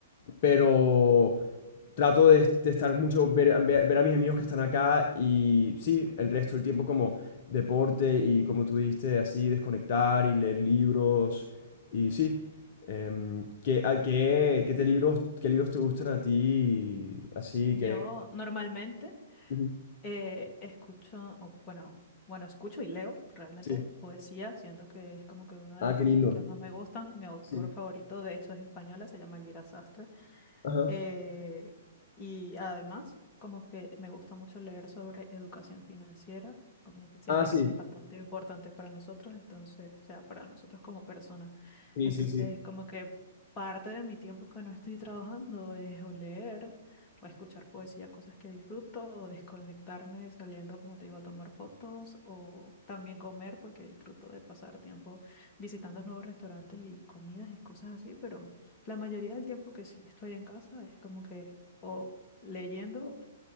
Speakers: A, on the left; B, on the left.
A: pero trato de, de estar mucho, ver, ver- ver a mis amigos que están acá y sí, el resto del tiempo como deporte y como tú dijiste, así desconectar y leer libros. Y sí, eh, ¿qué, a qué, qué te libros, qué libros te gustan a ti? Así
B: Yo
A: que...
B: normalmente
A: Ujú,
B: Eh, escucho, o bueno, bueno, escucho y leo realmente
A: Sí.
B: poesía. Siento que es como que una de
A: Ah,
B: las
A: qué
B: cosas
A: lindo.
B: que más me gustan. Mi autor
A: sí
B: favorito, de hecho, es española, se llama Elvira Sastre.
A: Ajá.
B: Eh, y además, como que me gusta mucho leer sobre educación financiera, como que siento
A: Ah, sí.
B: que eso es bastante importante para nosotros, entonces, o sea, para nosotros como personas.
A: Sí,
B: Entonces,
A: sí, sí.
B: como que parte de mi tiempo que no estoy trabajando es o leer, o escuchar poesía, cosas que disfruto, o desconectarme saliendo, como te digo, a tomar fotos, o también comer, porque disfruto de pasar tiempo visitando nuevos restaurantes y comidas y cosas así, pero... La mayoría del tiempo que sí estoy en casa es como que o leyendo